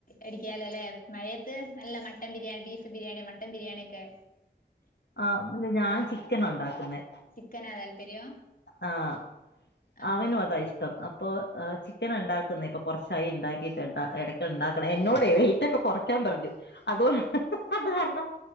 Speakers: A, on the left; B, on the left.
A: എടിക്കാലോ അല്ലേ മഴയത്ത് നല്ല mutton biryani buff biryani mutton ബിരിയാണിയക്കെ
B: ആ ഇല്ല ഞാൻ ചിക്കനഉണ്ടാക്കുന്നെ
A: ചിക്കനാ താല്പര്യം
B: ആഹ്
A: ആഹ്
B: അവനും അതാ ഇഷ്ടം അപ്പൊ ഏ ചി ചിക്കന ഇണ്ടാക്കുന്നെ ഇപ്പൊ കൊ റച്ചായി ഇണ്ടാക്കിട്ട് ട്ടോ എടയ്ക്ക ഉണ്ടാക്കണം എന്നോടെ വെയിറ്റ് ഒക്കെ കൊറയ്ക്കാൻ പറഞ്ഞു അതോ അത് കാരണം